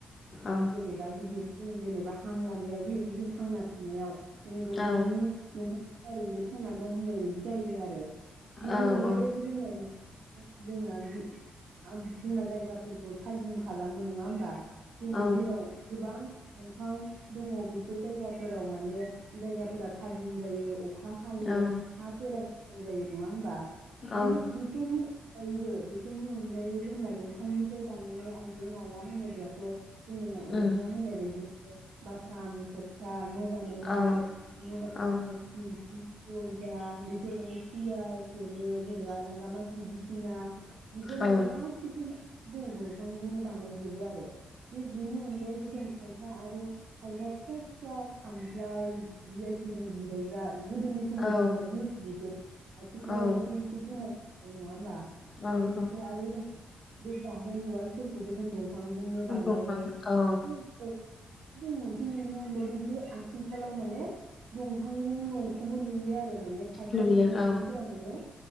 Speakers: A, on the left; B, on the right.
A: औ
B: जेनेबा गिदिर जों जेनेबा हां लानायाव जिहेथु जों थांना थानायाव माने दंफांनि
A: औ
B: दंफांनि थारैनो थांना दं होननाय बायदि जायो आरो बिनि
A: औ
B: अनगायैबो
A: औ
B: जोंना दा जोंना गि आबुंनाय जायगाफोरखौ थाजिम खालामो नङा होमबा। दिनै
A: औ
B: जेराव गोबां दंफां दङ बेफोर जायगाफोराव माने जायगाफोरा थाजिम जायो अखा हा हायो
A: औ
B: हाफोरा मोजां नङा होमबा बिनि
A: औ
B: बेफोरनि अगायबो बेफोरनि अनगायैबो जोंना दंफांनिफ्राय बानायनाय आइजें आइला होनोब्लाथ' जोंना नोंथाङा
A: उम
B: होननाय बायदि बाथाम थकथा न' बानायनाय
A: औ
B: <unintelligible>
A: औ
B: दरजा बेफोर माने सियार थेबोल जेनेबा आरांगा मासि बिसिना बिफोर
A: औ
B: माने गासिखौबो जोङो दंफांजोंनो बानायजोबो आरो बे बेनि अनगायैबो जों खायफा आरो खायफा फिसा फिसा खामफ्लाय। जियाखौ जों जिरायग्रा गोदोनि समाव
A: औ
B: दंमोन जिहेथु बेफोर आथिखालाउ
A: औ
B: ऐसे ऐसे गोमालां बाय नङाओमबा?
A: औ
B: बिनिफाय
A: औ
B: आरो जों बे गाहेन उवालफोरखौबो जों दंफां नो
A: दंफां
B: बानायो
A: औ
B: बे औ। जों मोनसे नुनो मोनबायदि जे आथिखालाव माने दंफांजों न'खौबो लुयो आरो माने खाायफा
A: लुयो
B: खायफा
A: औ
B: सुबुंफोरा माने